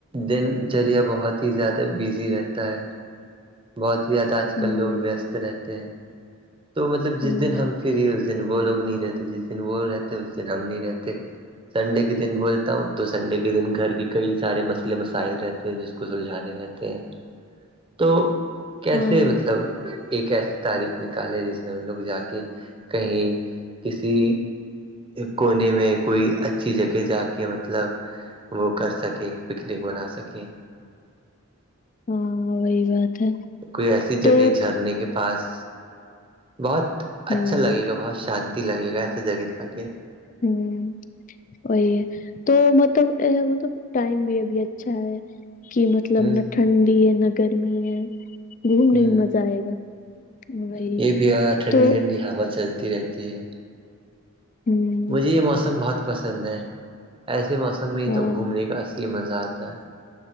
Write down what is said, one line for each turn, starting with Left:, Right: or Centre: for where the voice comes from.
Right: دن چریہ بہت ہی زیادہ بزی رہتا ہے بہت زیادہ آج
Left: ہ
Right: کل لوگ ویست رہتے ہیں تو مطلب جس
Left: ہ
Right: دن ہم فری اس دن وہ لوگ نہیں رہتے جس دن وہ رہتے اس دن ہم نہیں رہتے سنڈے کے دن بولتا ہوں تو سنڈے کے دن گھر کے کئی سارے مسئلے مسائل رہتے ہیں جس کو سلجھانے رہتے ہیں تو کیسے
Left: ہاں
Right: مطلب ایک ایسی تاریخ نکال جس میں ہم لوگ جا کے کہیں کسی کونے میں کوئی اچھی جگہ جا کے مطلب وہ کر سکے پکنک بنا سکے
Left: ہاں وہی بات ہے
Right: کوئی ایسی
Left: تو
Right: جگہ جھرنے کے پاس بہت
Left: ہ
Right: اچھا لگے گا بہت شانتی لگے گا ایسے جگہ جا کے
Left: ہمم وہی ہے تو مطلب مطلب ٹائم بھی ابھی اچھا ہے کہ مطلب
Right: ہوں
Left: نہ ٹھنڈی ہے نہ گرمی ہے گھومنے
Right: ہوں
Left: میں مزہ آئے گا وہی
Right: یہ بھی ٹھنڈی
Left: تو
Right: ٹھنڈی ہوا چلتی رہتی ہے
Left: ہوں
Right: مجھے یہ موسم بہت پسند ہے ایسے موسم میں ہی
Left: ہاں
Right: تو گھومنے کا اصلی مزہ آتا ہے